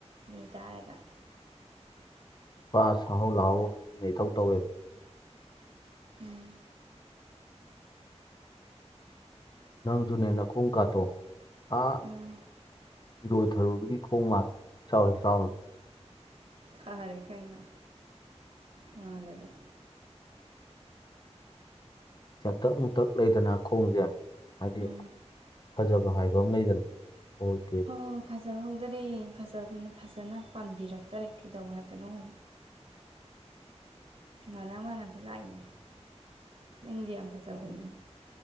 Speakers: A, on the right; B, on the left.
A: ꯃꯤ ꯇꯥꯔꯒ
B: ꯄꯥ ꯁꯥꯍꯧ ꯂꯥꯛꯍꯧ ꯑꯣꯏꯅ ꯏꯊꯧ ꯇꯧꯋꯦꯕ
A: ꯎꯝ
B: ꯅꯪ ꯨꯅꯤꯅ ꯈꯨ ꯀꯥꯇ ꯑꯥ
A: ꯎꯝ
B: ꯏꯔꯣꯏ ꯊꯔꯨꯕꯒꯤ ꯈꯣꯡ ꯃꯥꯜꯂꯦ ꯆꯥꯎꯋꯦ ꯆꯥꯎꯋ
A: ꯐꯔꯦ ꯀꯥꯏꯩꯅ ꯃꯥꯂꯗꯦ
B: ꯆꯥꯎꯇꯛ ꯃꯨꯇꯛ ꯂꯩꯗꯅ ꯈꯣꯡꯁꯦ ꯍꯥꯏꯗꯤ
A: ꯎꯝ
B: ꯐꯖꯕ ꯍꯥꯏꯕ ꯑꯃ ꯂꯩꯗꯅ ꯑꯣꯏꯗꯦꯕ
A: ꯍꯣ ꯐꯖꯍꯧꯗꯔꯦ ꯐꯖꯕꯤꯅ ꯐꯖꯅ ꯄꯥꯟꯕꯤꯔꯛꯇꯔꯦ ꯀꯩꯗꯧ ꯍꯥꯏꯕꯅꯣ ꯃꯅꯥ ꯃꯥꯟꯅꯕ ꯂꯥꯛꯏꯅꯤ ꯅꯪꯗꯤ ꯌꯥꯝ ꯐꯖꯕꯅꯤꯅ